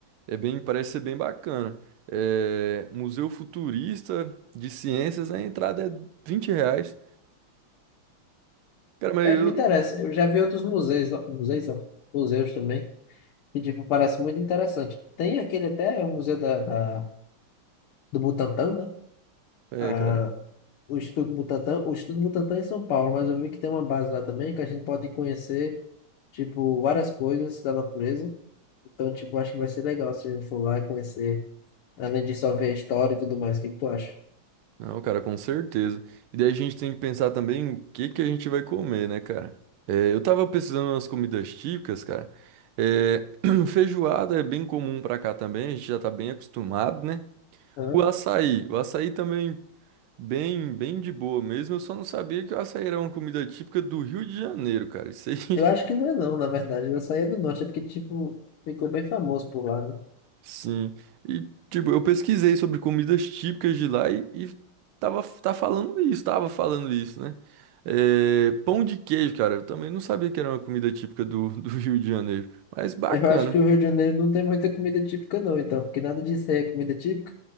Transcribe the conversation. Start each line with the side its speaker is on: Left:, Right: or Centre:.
Right: É bem, parece ser bem bacana. É, Museu Futurista de Ciências, a entrada é 20 reais. Cara, mas
Left: É,
Right: eu.
Left: me interessa. Eu já vi outros museus, lá- museus, ó, museus também, que tipo, parece muito interessante. Tem aquele até, o Museu da, da- do Butantã, né?
Right: É,
Left: Ah,
Right: cara.
Left: o Instituto Butantan, o Instituto Butantan é em São Paulo, mas eu vi que tem uma base lá também que a gente pode conhecer, tipo, várias coisas da natureza. Então, tipo, acho que vai ser legal se a gente for lá e conhecer, além de só ver a história e tudo mais. O que que tu acha?
Right: Não, cara, com certeza. E daí a gente tem que pensar também o que que a gente vai comer, né, cara? É, eu tava pesquisando umas comidas típicas, cara. É, <clears throat> feijoada é bem comum pra cá também, a gente já tá bem acostumado, né?
Left: Hã?
Right: O açaí, o açaí também bem, bem de boa mesmo. Eu só não sabia que o açaí era uma comida típica do Rio de Janeiro, cara. Isso aí
Left: Eu acho que não é não, na verdade, eu saía do norte, é porque, tipo, ficou bem famoso por lá, né?
Right: Sim. E, tipo, eu pesquisei sobre comidas típicas de lá e, e tava, tá falando isso, tava falando isso, né? É, pão de queijo, cara, eu também não sabia que era uma comida típica do, do <laughs> Rio de Janeiro, mas bacana.
Left: Eu acho que o Rio de Janeiro não tem muita comida típica não, então, porque nada disso aí é comida típica.